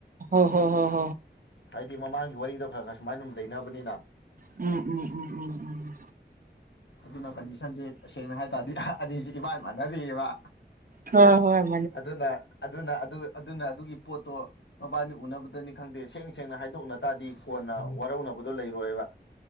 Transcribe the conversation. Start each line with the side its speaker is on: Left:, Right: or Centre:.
Right: ꯍꫭ-ꯍꯣ-ꯍꯣ
Left: ꯍꯥꯏꯗꯤ ꯃꯃꯥꯡꯒꯤ ꯋꯥꯔꯤꯗꯣ ꯈꯔ-ꯈꯔ ꯁꯨꯃꯥꯏꯅ ꯑꯗꯨꯝ ꯂꯩꯅꯕꯅꯤꯅ
Right: ꯎꯝ ꯎꯝ ꯎꯝ ꯎꯝ ꯎꯝ
Left: ꯑꯗꯨꯅ ꯀꯟꯗꯤꯁꯟꯁꯦ ꯇꯁꯦꯡꯅ ꯍꯥꯏ ꯇꯥꯔꯗꯤ ꯑꯅꯤꯁꯤ ꯏꯃꯥꯟ ꯃꯥꯟꯅꯔꯤꯑꯕ꯫
Right: ꯍꫭꯏ-ꯍꯣꯏ꯫
Left: ꯑꯗꯨꯅ ꯑꯗꯨꯅ ꯑꯗꯨ ꯑꯗꯨꯅ ꯑꯗꯨꯒꯤ ꯄꯣꯠꯇꯣ ꯃꯕꯥꯅꯤ ꯎꯅꯕꯗꯅꯤ ꯈꯪꯗꯦ ꯁꯦꯡ ꯁꯦꯡꯅ ꯍꯥꯏꯗꯣꯛꯅ ꯇꯥꯗꯤ ꯀꯣꯟꯅ ꯋꯥꯔꯧꯅꯕꯗꯣ ꯂꯩꯔꯣꯏꯕ꯫